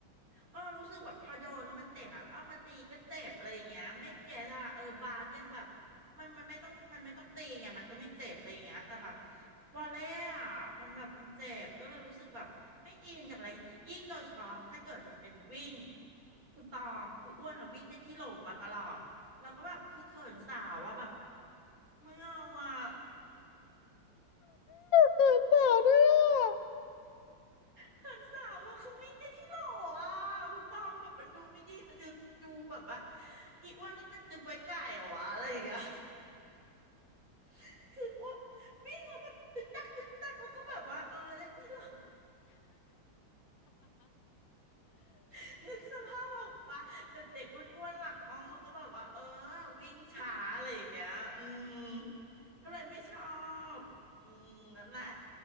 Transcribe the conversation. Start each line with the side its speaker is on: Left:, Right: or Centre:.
Right: เออรู้สึกแบบพอโดนแล้วมันเจ็บอะแล้วเอามาตีก็เจ็บอะไรอย่างเงี้ยไม่แก่อะเออบาสยังแบบมันมันไม่ต้องมันไม่ต้องตีไงมันก็ไม่เจ็บอะไรอย่างเงี้ยแต่แบบวอลเล่อะมันแบบมันเจ็บก็เลยรู้สึกแบบไม่อินกับอะไรอย่างเงี้ยยิ่งโดยเฉพาะถ้าเกิดมันเป็นวิ่งคุณตองคืออ้วนอะวิ่งได้ที่โหลมาตลอดแล้วก็แบบคือเขินสาวอะแบบไม่เอาอะ
Left: เขินสาวด้วยอ่ะ
Right: เขินสาวอะคือวิ่งได้ที่โหลอ่ะคุณตองแบบมันดูไม่ดีมันดูดูแบบว่าอีอ้วนนี่เป็นตือปอยไก่เหรอวะอะไรอย่างเงี้ย <laughs> คืออ้วนวิ่งมาแบบตึกตักตึกตักแล้วก็แบบว่าเออได้ที่โหล <laughs> นึกสภาพออกปะแบบเด็กอ้วนๆหลังห้องแล้วก็แบบว่าเออวิ่งช้าอะไรอย่างเงี้ยอืมก็เลยไม่ชอบอืมนั่นแหละ